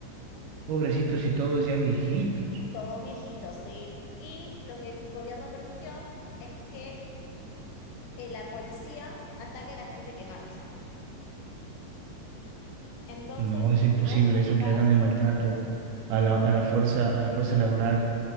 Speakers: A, on the right; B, on the left.
A: Pobrecitos y todos ya viejitos.
B: Todos viejitos, ¿sí? Y lo que el gobierno permitió es que eh, la policía ataca a la gente que marcha. Entonces,
A: No, es imposible
B: si vos buscas,
A: eso que hagan el maltrato a la, a la fuerza, a la fuerza laboral